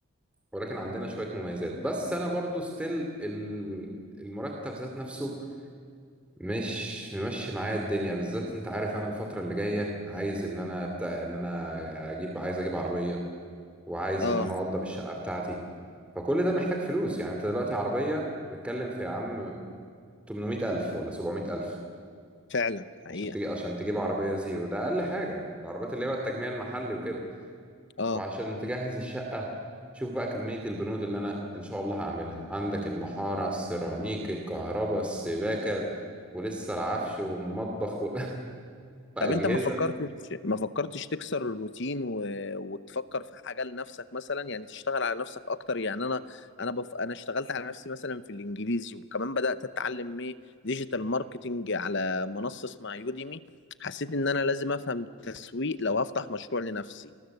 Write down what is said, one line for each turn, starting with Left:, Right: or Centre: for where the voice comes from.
Centre: ولكن عندنا شويه مميزات بس انا برضو ستيل ال... المرتب ذات نفسه مش ممشي معايا الدنيا بالذات انت عارف انا الفتره اللي جايه عايز ان انا بتاع ان انا اجيب عايز اجيب عربيه وعايز
Left: اه
Centre: ان انا اوضب الشقه بتاعتي فكل ده محتاج فلوس يعني انت دلوقتي عربية بتتكلم في يا عم 800 ألف ولا 700 ألف
Left: فعلا حقيقة
Centre: عشان تجي عشان تجيب عربية زيرو ده أقل حاجة العربيات اللي هي بقى التجميع المحلي وكده
Left: اه
Centre: وعشان تجهز الشقة شوف بقى كمية البنود اللي أنا إن شاء الله هعملها عندك المحارة السيراميك الكهرباء السباكة ولسه العفش والمطبخ و- <laughs> وأجهزة
Left: طب انت ما فكرتش ما فكرتش تكسر الروتين و... وتفكر في حاجه لنفسك مثلا يعني تشتغل على نفسك اكتر يعني انا انا بف... انا اشتغلت على نفسي مثلا في الانجليزي وكمان بدات اتعلم ايه ديجيتال ماركتنج على منصه اسمها يوديمي حسيت ان انا لازم افهم تسويق لو هفتح مشروع لنفسي